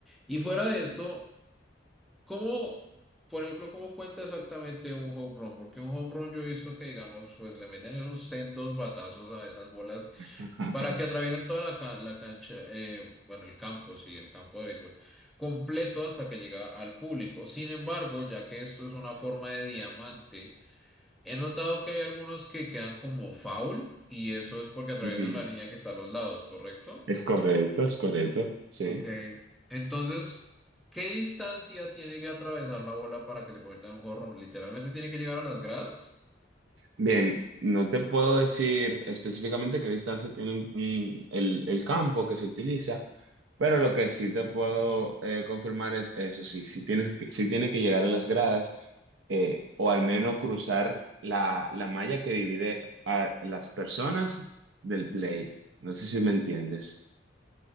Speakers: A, in the centre; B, on the right (about 75°).
A: y fuera de esto... ¿Cómo, por ejemplo, cómo cuenta exactamente un home run? Porque un home run yo he visto que, digamos, pues le meten esos sendos batazos a esas bolas
B: <laughs>
A: para que atraviesen toda la, ca- la cancha, eh, bueno, el campo, sí, el campo de béisbol, completo hasta que llega al público. Sin embargo, ya que esto es una forma de diamante, he notado que hay algunos que quedan como foul y eso es porque atraviesan
B: Ujú.
A: la línea que está a los lados, ¿correcto?
B: Es correcto, es correcto, sí.
A: Ok, entonces, ¿qué distancia tiene que atravesar la bola para que se convierta en un home ¿Literalmente tiene que llegar a las gradas?
B: Bien, no te puedo decir específicamente qué distancia tiene un- un- el, el campo que se utiliza, pero lo que sí te puedo eh, confirmar es eso, sí, si tienes, que- sí tiene que llegar a las gradas eh, o al menos cruzar la, la malla que divide a las personas del play. No sé si me entiendes.